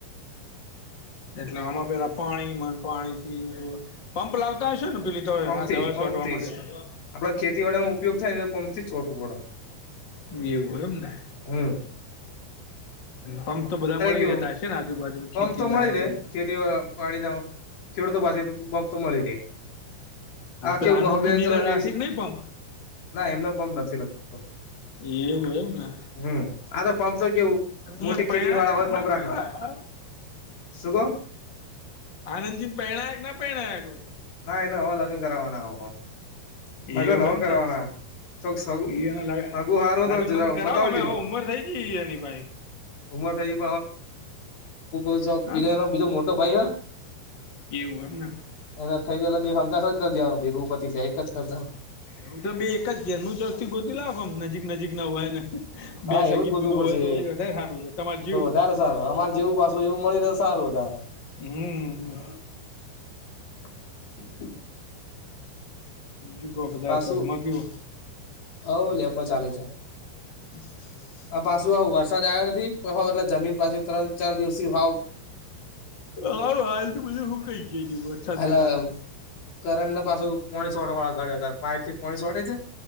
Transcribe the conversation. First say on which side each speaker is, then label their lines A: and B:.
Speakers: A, on the left; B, on the left.
A: એટલે આમાં પેલા પાણી માં પાણી <unintelligible> પંપ લાવતા હશે ને પેલી તો આ
B: પંપ થી
A: દવા
B: પંપ
A: છાંટવા
B: થી
A: માટે
B: જ
A: તો
B: આપડે ખેતીવાડી નો ઉપયોગ થાય ને પંપ થી છોટવુ પડ.
A: એવું એમને
B: હમ્મ.
A: પંપ તો બધા મળી
B: કેવું
A: રહેતા હશે ને આજુબાજુ
B: પંપ
A: ખેતી
B: તો મળી
A: લાયક
B: રહે
A: હોય
B: ખેતી પાણી ના ખેડૂતો પાસેથી પંપ તો મળી રહે. હા કેવું
A: પેલા આનંદજી
B: પહું બે
A: નીરે
B: ત્રણ
A: રાખે
B: દિવસે
A: કે નહી પંપ
B: ના એમનો પંપ નથી લગતો
A: એવું એમ ને
B: હમ આ તો પંપ તો કેવું
A: પરણાયક
B: મોટી ખેતી વાળા હોય
A: ના
B: પંપ
A: પરણાયક
B: રાખ શું કો
A: આનંદજીન પરિણાયક ના પરિણાયક
B: ના એને હવા લગ્ન કરવાના હો
A: એવું
B: લગ્ન હો
A: એમ
B: કરવાના
A: ને
B: ચોક સગું
A: ઈ એને લાગે
B: હગુ હારું
A: લગન
B: તો
A: બગન કરાવો
B: બતાવજો
A: અમે હવે ઉંમર થઈ ગઈ એની ભાઈ
B: ઉમર થઈ <unintelligible>
A: હા
B: બીજનો બીજો મોટો ભાઈ હોય
A: એવું એમને
B: એને થઈ જાય એટલે <unintelligible> જ કરી દે ભેગું પતિ જાય એકજ ખર્ચા
A: હવું તો બે એક જ ઘેરનું ચોકથી ગોતી લાવમ નજીક નજીક ના હોય ને. બે
B: હા
A: સગી
B: એવું જ ગોતવું
A: બુનો
B: પડશે
A: હોય તો વધારે સારું છે તમારે જેવું
B: તો વધારે સારું અમારે જેવું પાછું એવું મળી રહે સારું વધારે
A: હમ્મ.
B: <inaudible>
A: બીજું કો બધા
B: પાછું
A: ઘરમાં કેવું
B: હવ <unintelligible> ચાલે છે
A: <inaudible>
B: આ પાછું આવ વરસાદ આયો નથી એટલે જમીન પાછી ત્રણ ચાર દિવસથી
A: હ હાલ તો બધું હુંકઈ વરસાદના
B: એટલે
A: કારણે
B: <unintelligible> પાઈપ થી પોણી શોટે છે